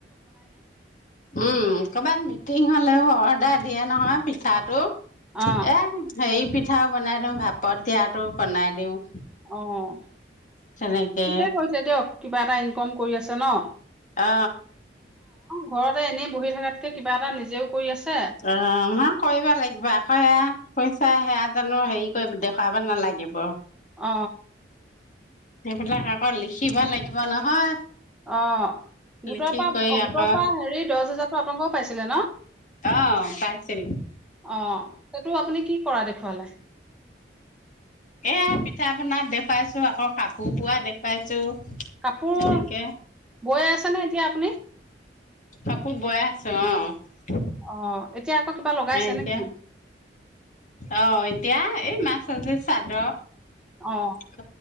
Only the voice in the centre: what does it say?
অ'
অহ
ঠিকেই কৈছে দিয়ক। কিবা এটা ইনকম কৰি আছে নহ?
ঘৰতে এনেই বহি থাকাতকে কিবা এটা নিজেও কৰি আছে
অ
অ গোটৰ
পৰা
গোটৰ পৰা হেৰি দহ হেজাৰতো আপোনালোকৰো পাইছে ছিলে ন
অ সেইটো আপুনি কি কৰা দেখুৱালে
কাপোৰ
বৈ আছে নে এতিয়া আপুনি
অ এতিয়া আকৌ কিবা লগাইছে
নে কি
অ